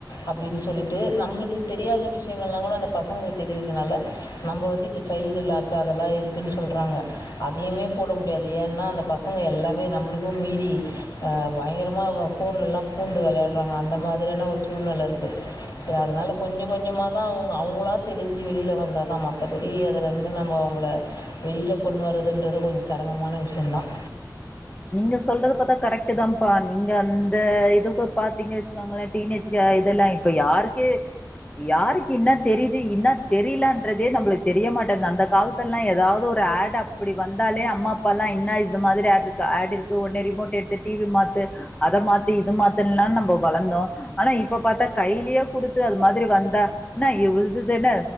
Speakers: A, on the left; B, on the left.
A: அப்டின்னு சொல்லிட்டு நம்மளுக்கு தெரியாத விஷயங்கள்லாம் கூட அந்த பசங்களுக்கு தெரிறதுனால நம்ம வந்து இப்போ சைல்டு லாக்கு அத அதெல்லாம் இருக்குன்னு சொல்றாங்க அதையுமே போட முடியாது ஏன்னா அந்த பசங்க எல்லாமே நம்மளுக்கும் மீறி பயங்கரமாக போன்லல்லாம் பூந்து விளையாடுறாங்க அந்த மாதிரியான ஒரு சூழ்நிலை இருக்கு அதனால கொஞ்சம் கொஞ்சமாக தான் அவங்க அவங்களா தெஞ்சு வெளிய வந்தா தான் மற்றபடி அததுல இருந்து நம்மங்க அவ வெளியில கொண்டு வரதுன்றது கொஞ்சம் சரமமான விஷயம் தான்
B: நீங்க சொல்றத பாத்தா கரெக்ட்டுதாம்ப்பா நீங்க அந்த இதுக்கு பாத்தீங்க வச்சுக்கோங்களே டீனேஜ்க்கு இதெல்லா இப்ப யாருக்கு யாருக்கு இன்னா தெரியுது இன்னா தெரியலன்றதே நம்மளுக்கு தெரியமாட்டேங்து அந்த காலத்துல எல்லாம் ஏதாவது ஒரு ஆட் அப்படி வந்தாலே அம்மா அப்பல்லாம் என்ன இது மாதிரி ஆட் இந்த ஆட் இருக்கு ஒடனே ரிமோட் எடுத்து டிவி மாத்து அத மாத்து இத மாத்துன்லான் நம்ம வளந்தோம் ஆனா இப்ப பாத்தா கையிலியே குடுத்து அது மாதிரி வந்தா என்ன இவ்வுள்து தான